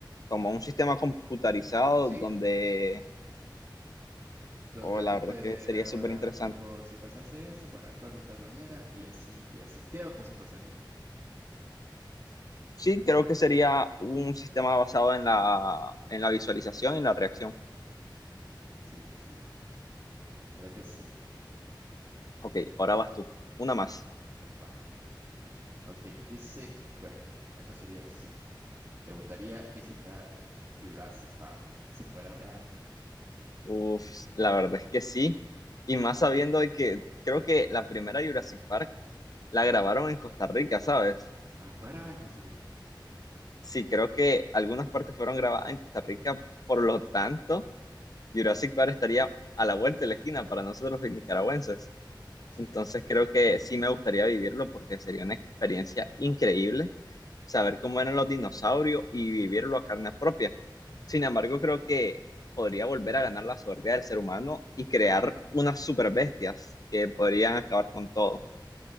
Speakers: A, on the left; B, on the right.
A: como un sistema computarizado
B: Sí,
A: donde,
B: donde
A: o
B: alguien
A: la verdad
B: pues
A: es que
B: deja
A: sería súper interesante.
B: tipo, si pasase eso, va a actuar de tal manera y así y así. Creo que eso pasaría.
A: Sí, creo que sería un sistema basado en la, en la visualización y en la reacción.
B: Sí, sí, la verdad que sí.
A: Ok, ahora vas tú. Una
B: Va,
A: más.
B: va, va, va. Ok, dice, bueno, esto sería así. ¿Te gustaría visitar Jurassic Park si fuera real?
A: Uf, la verdad es que sí. Y más sabiendo de que creo que la primera Jurassic Park la grabaron en Costa Rica, ¿sabes?
B: Afuera en Costa Rica.
A: Sí, creo que algunas partes fueron grabadas en Costa Rica, por lo tanto, Jurassic Park estaría a la vuelta de la esquina para nosotros los nicaragüenses.
B: Sí.
A: Entonces creo que sí me gustaría vivirlo porque sería una experiencia increíble. saber cómo eran los dinosaurios y vivirlo a carne propia. Sin embargo, creo que podría volver a ganar la soberbia del ser humano y crear unas super bestias que podrían acabar con todo.